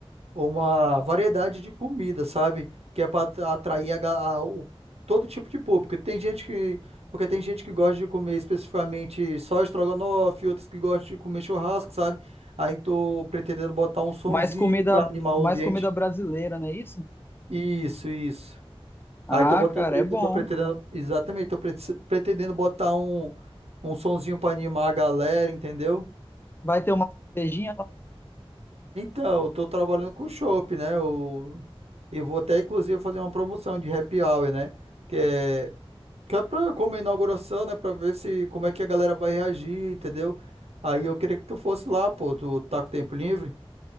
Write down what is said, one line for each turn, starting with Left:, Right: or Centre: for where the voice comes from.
Right: uma variedade de comida, sabe? Que é para atrair a ga- a- o- todo tipo de público. Tem gente que, porque tem gente que gosta de comer especificamente só estrogonofe, outros que gostam de comer churrasco, sabe? Aí tô pretendendo botar um sonzinho
Left: Mais comida,
Right: para animar
Left: mais
Right: o ambiente.
Left: comida brasileira, não é isso?
Right: Isso, isso.
Left: Ah,
Right: Aí tô botando,
Left: cara, é bom.
Right: eu tô pretendendo, exatamente, tô pre- pretendendo botar um um sonzinho para animar a galera, entendeu?
Left: Vai ter uma cervejinha?
Right: Então, eu tô trabalhando com chopp, né? Eu, eu vou até, inclusive, fazer uma promoção de happy hour, né? Que é, que é pra, como é inauguração, né? Pra ver se, como é que a galera vai reagir, entendeu? Aí eu queria que tu fosse lá, pô. Tu tá com tempo livre?